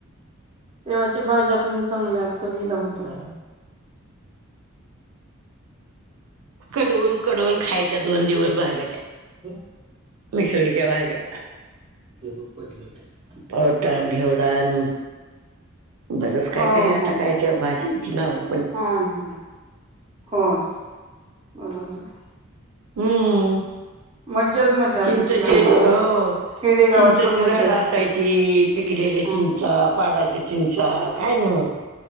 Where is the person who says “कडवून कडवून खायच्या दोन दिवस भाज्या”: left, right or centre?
Right